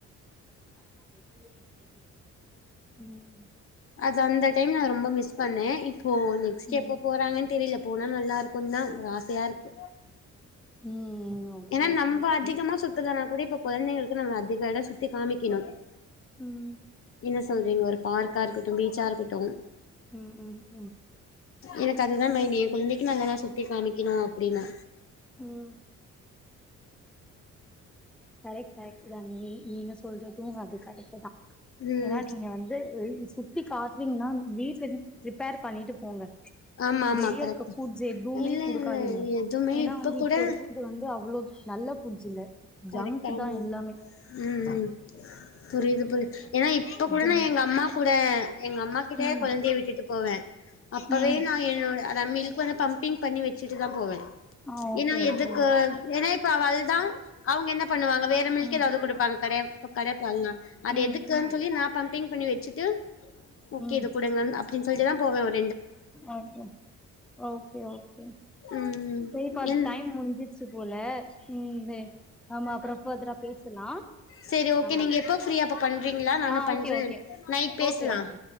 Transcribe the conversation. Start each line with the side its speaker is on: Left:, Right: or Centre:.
Centre: <unintelligible> ம்
Left: அது அந்த டைம் நா ரொம்ப மிஸ் பண்ணே போ நெக்ஸ்ட்டு
Centre: ம்
Left: எப்ப போறாங்கன் தெரில போனா நல்லா இருக்குந்தா ஒரு ஆசையா இருக்கு
Centre: ம் ஓகே
Left: ஏனா
Centre: ஓகே
Left: நம்ப அதிகமா
Centre: ம்
Left: சுத்துலனா கூட இப்ப கொழந்தைங்களுக்கு நம்ம அதிக எடொ சுத்தி காமிக்கிணு
Centre: ம்
Left: என்ன சொல்றீங்கொரு பார்க்கா இருக்கட்டு பீச்சா இருக்கட்டு
Centre: ம் ம் ம்
Left: எனக்கத் இதுதா மைன்னி குழந்தைக்கு நாங்காதா சுத்தி காமிக்கணு அப்புடீன்னு
Centre: உம் கரெக்ட் கரெக்ட்டு தா நீ நீங்க சொல்றது அது கரெக்ட்டு தா
Left: ம்
Centre: ஏனா நீங்க வந்து சுத்தி காட்றீங்ன்னா வீட்ல இருந் ப்ரிப்பேர் பண்ணிட்டு போங்க
Left: ஆமா ஆமா
Centre: வெளிய
Left: கரெக்ட்
Centre: இருக்க புட்ஸ் எதுவுமே
Left: இல்ல
Centre: குடுக்காதீங்க
Left: இல்ல எதுவுமே
Centre: ஏனா
Left: இப்ப
Centre: வந்து
Left: கூட
Centre: இப்போ இருக்கிறது வந்து அவுளோ நல்ல புட்ஸ் இல்ல
Left: கரெக்ட்
Centre: ஜங்க்
Left: ஆமா
Centre: தா எல்லாமே
Left: உம் ம் புரிது புரி ஏனா இப்போ கூட
Centre: ஜங்
Left: நா எங்க அம்மா கூட எங்க அம்மா கிட்ட
Centre: ம்
Left: கொழந்ய விட்டுட்டு போவ அப்பவே
Centre: ம்
Left: நா என்னோட நா மில்க்வேணா பம்பிங் பண்ணி வச்சிட்டு தா போவே
Centre: ஆ ஓகே
Left: ஏனா
Centre: ஓகே
Left: எதுக்கு ஏனா இப்ப அவ அழ்தா அவுங்க என்ன பண்ணுவாங்க வேற
Centre: ம்
Left: மில்க் எதாவது குடுப்பாங்க கடையவ் ப்ப கடப்பால்லா அது
Centre: ம்
Left: எதுக்குன்
Centre: ம்
Left: சொல்லி நா பம்பிங் பண்ணி வச்சுட்டு ஓகே
Centre: ம் ம்
Left: இது குடுங்கன் இப்பிடின் சொல்லிட்டு தா போவ வர்
Centre: ஓகே ஓகே ஓகே
Left: ம்
Centre: செரிப்பா
Left: என்
Centre: டைம் முடிஞ்சிச்சு போல உம் தே ஆமா அப்புறோ ஃபர்தெரா பேசுலா
Left: செரி ஓகே
Centre: ஆ பய்
Left: நீங்க எப்போ ஃப்ரீயா அப்ப பண்றீங்களா நானு
Centre: ஆ ஓகே
Left: பண்றே
Centre: ஓகே
Left: நைட் பேசலா
Centre: ஓகே ஓகே